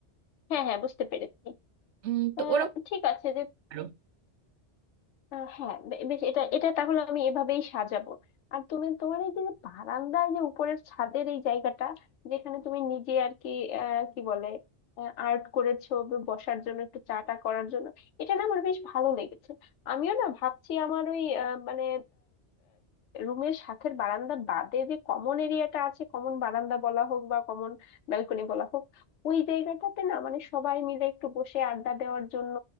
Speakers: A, on the left; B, on the right.
A: হ্যাঁ হ্যাঁ বুঝতে পেরেছি
B: উম, তো
A: আহ,
B: ওরকম
A: ঠিক আছে যে
B: পারো
A: আহ হ্যাঁ বে- বেশ এটা এটা তাহলে আমি এভাবেই সাজাবো আর তুমি তোমার এই যে বারান্দায় যে উপরের ছাদের এই জায়গাটা যেখানে তুমি নিজে আর কি আহ, কি বলে আর্ট করেছো ব- বসার জন্য একটু চাটা করার জন্য এটা না আমার বেশ ভালো লেগেছে আমিও না ভাবছি আমার ওই আহ, মানে রুমের সাথের বারান্দা বাদে যে কমন এরিয়াটা আছে কমন বারান্দা বলা হোক বা কমন ব্যালকনি বলা হোক ওই জায়গাটাতে না মানে সবাই মিলে একটু বসে আড্ডা দেওয়ার জন্য